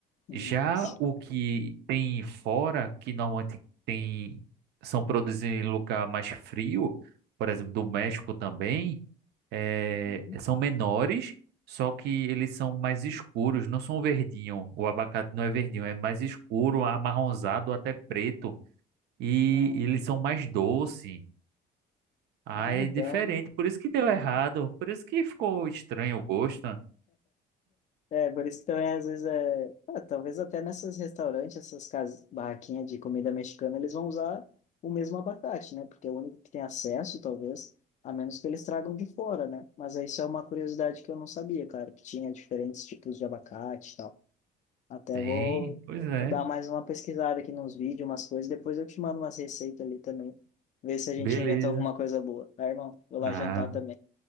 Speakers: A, on the left; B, on the right.
A: Hum,
B: Já
A: sim.
B: o que tem fora, que normalmente tem, são produzidos em lugar mais frio, por exemplo, do México também, é,
A: uhum.
B: são menores, só que eles são mais escuros, não são verdinho. O abacate não é verdinho, é mais escuro, amarronzado, até preto. E,
A: Ah,
B: eles são mais doces. Ah,
A: ah,
B: é
A: então...
B: diferente. Por isso que deu errado. Por isso que ficou estranho o gosto. né?
A: É, por isso que também, às vezes, é... ah, talvez até nesses restaurantes, essas casas, barraquinhas de comida mexicana, eles vão usar o mesmo abacate, né? Porque é o único que tem acesso, talvez, a menos que eles tragam de fora, né? Mas isso é uma curiosidade que eu não sabia, cara, que tinha diferentes tipos de abacate e tal. Até
B: Tem,
A: vou,
B: pois é.
A: vou dar mais uma pesquisada aqui nos vídeos, umas coisas. Depois eu te mando umas receitas ali também. Ver se a gente
B: Beleza.
A: inventa alguma coisa boa. Tá, irmão? Vou
B: Ah,
A: lá jantar também.